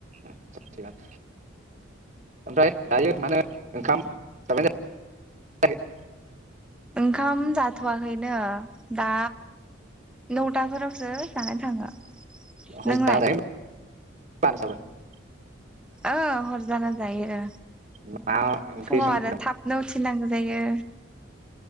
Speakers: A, on the right; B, in the centre.
A: उम थिगान ओमफ्राय दायो माानो ओंखाम जाबायन जायाखै?
B: ओंखाम जाथ'वाखैनो दा नौथाफोरावसो जानानै थाङो।
A: ह
B: नोंलाय
A: जाराइ <unintelligible>
B: ओ हर जाना जायो
A: मा ओंख्रि
B: फुङाव
A: संदों
B: आरो थाबनो उथिनांगौ जायो